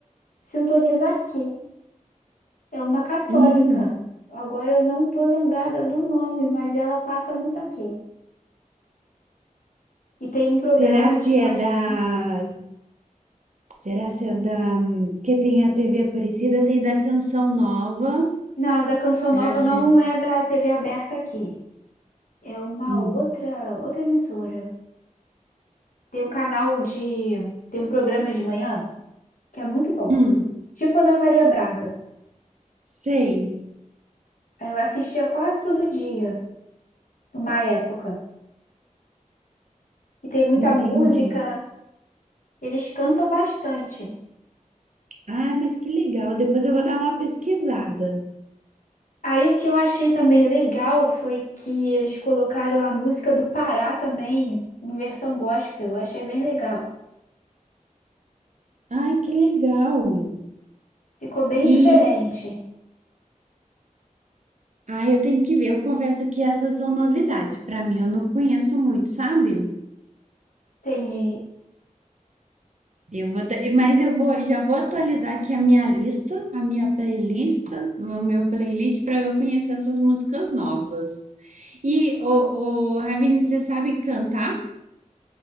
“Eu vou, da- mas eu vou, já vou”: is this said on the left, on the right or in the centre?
Right